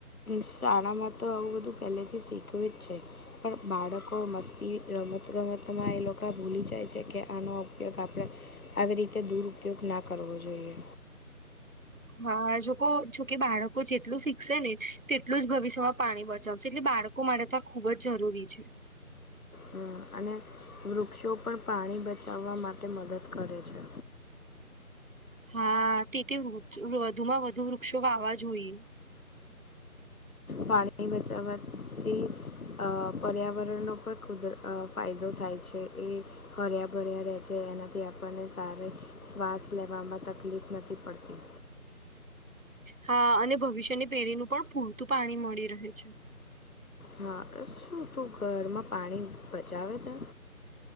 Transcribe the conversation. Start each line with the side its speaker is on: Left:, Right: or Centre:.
Left: શાળામાં તો આવું બધું પહેલેથી શીખવી જ છે. પણ બાળકો મસ્તી રમતગમતમાં એ લોકો ભૂલી જાય છે કે આનો ઉપયોગ આપણે. આવી રીતે દુરપયોગ ના કરવો જોઈએ.
Right: હા જો જોકે બાળકો જેટલું શીખશે ને તેટલું જ ભવિષ્યમાં પાણી બચાવશે એટલે બાળકો. લોકો માટે તો આ ખુબ જ જરૂરી છે.
Left: હ અને વૃક્ષો પણ પાણી બચાવવા માટે મદદ કરે છે.
Right: હા તેથી વૃક્ષ વધુમાં વધુ વૃક્ષો વાવા જોઈએ.
Left: પાણી બચાવવાથી પર્યાવરણો પણ કુદર. ફાયદો થાય છે એ. હર્યા ભર્યા રહે છે એનાથી આપણને સારી શ્વાસ લેવામાં તકલીફ નથી પડતી.
Right: હા અને ભવિષ્યની પેઢીનું પણ પૂરતું પાણી મળી રહે છે.
Left: હા શું તું ઘરમાં પાણી બચાવે છે?